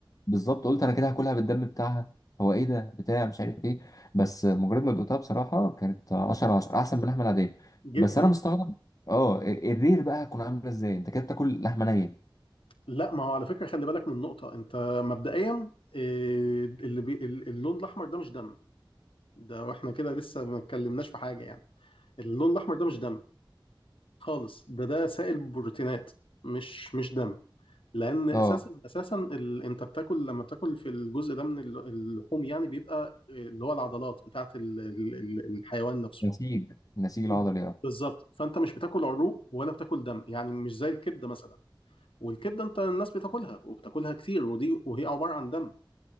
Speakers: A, on the left (about 40°); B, on the left (about 80°).
A: بالظبط قلت انا كده هاكلها بالدم بتاعها هو ايه ده بتاع مش عارف ايه بس آه، مجرد ما دقتها بصراحه كانت 10 10 احسن من اللحمه العاديه
B: جدا
A: بس انا مستغرب اه الرير بقى هتكون عامله ازاي انت كده بتاكل لحمه نيه
B: لا ما هو على فكرة خلي بالك من نقطة انت مبدئيا إيه، اللي بي ال- اللون الاحمر ده مش دم ده واحنا كده لسه ما اتكلمناش في حاجة يعني اللون الاحمر ده مش دم خالص ده ده سائل بروتينات مش مش دم لان اساسا
A: اه
B: اساسا ال... انت بتاكل لما بتاكل في الجزء ده من ال- اللحوم يعني بيبقى إيه، اللي هو العضلات بتاعت ال... ال- ال- الحيوان نفسه
A: نسيج نسيج العضلي
B: ب- بالظبط فانت مش بتاكل عروق ولا بتاكل دم يعني مش زي الكبده مثلا والكبده انت الناس بتاكلها وبتاكلها كتير ودي وهي عباره عن دم